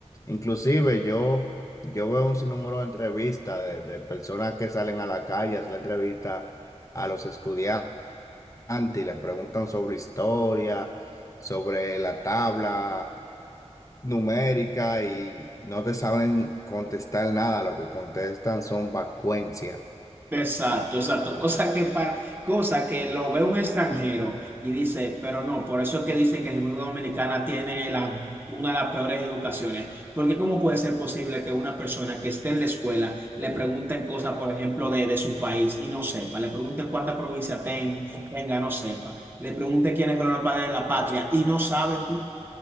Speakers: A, on the left (about 25°); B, on the right (about 15°).
A: inclusive yo, yo veo un sinnúmero de entrevistas de, de personas que salen a la calle, a hacer la entrevista a los estudiantes y le preguntan sobre historia, sobre la tabla numérica y no te saben contestar nada, lo que contestan son vacuencia.
B: Exacto, exacto. Cosa que, pa- cosa que lo ve un extranjero y dice, pero no, por eso es que dicen que República Dominicana tiene la, una de las peores educaciones. Porque ¿cómo puede ser posible que una persona que esté en la escuela le pregunten cosas, por ejemplo, de, de su país y no sepa? Le pregunten cuánta provincia ten- tenga, no sepa. Le pregunten quiénes fueron los padres de la patria y no saben tú.